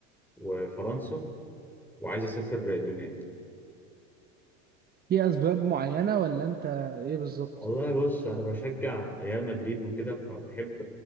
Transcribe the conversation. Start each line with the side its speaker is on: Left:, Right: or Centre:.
Centre: وفرنسا وعايز اسافر آه، اليونان
Right: في اسباب معينة ولا انت ايه بالظبط
Centre: والله بص انا بشجع ريال مدريد وكده فبحب